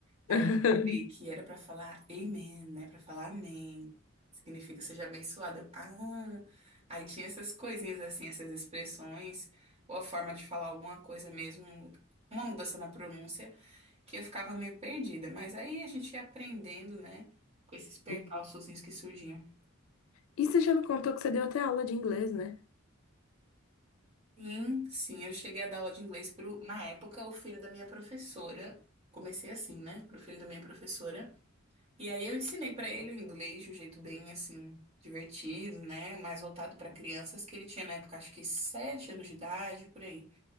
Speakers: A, on the right; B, on the left.
A: Aí
B: <laughs>
A: eu descobri que era pra falar amen, né? Pra falar amém. Significa seja abençoado. Eu, Ah, aí tinha essas coisinhas assim, essas expressões, ou a forma de falar alguma coisa mesmo, uma mudança na pronúncia, que eu ficava meio perdida. Mas aí a gente ia aprendendo, né? Com esses percalçozinhos
B: Uhum.
A: que surgiam.
B: E você já me contou que você deu até aula de inglês, né?
A: Sim, sim, eu cheguei a dar aula de inglês pro, na época, o filho da minha professora. Comecei assim, né? Pro filho da minha professora. E aí eu ensinei pra ele o inglês de um jeito bem assim divertido, né? Mais voltado pra crianças que ele tinha na época, acho que sete anos de idade, por aí.